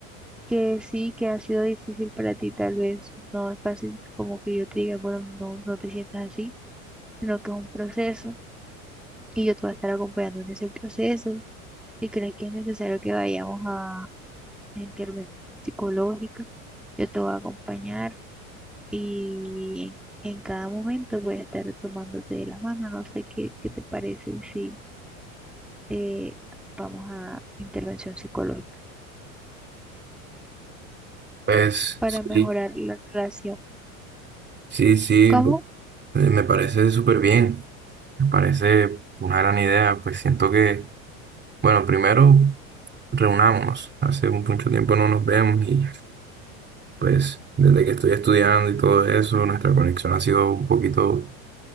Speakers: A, in the centre; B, on the right (about 25°).
A: que sí, que ha sido difícil para ti, tal vez no es fácil como que yo te diga, bueno, no, no te sientas así, sino que es un proceso y yo te voy a estar acompañando en ese proceso. Si crees que es necesario que vayamos a, a intervención psicológica, yo te voy a acompañar y en, en cada momento voy a estar tomándote de la mano. No sé qué, qué te parece si eh, vamos a intervención psicológica
B: Pues
A: para
B: sí,
A: mejorar la relación.
B: sí, sí,
A: ¿Cómo?
B: me parece súper bien. Me parece una gran idea, pues siento que, bueno, primero reunámonos. Hace mucho tiempo no nos vemos y pues desde que estoy estudiando y todo eso, nuestra conexión ha sido un poquito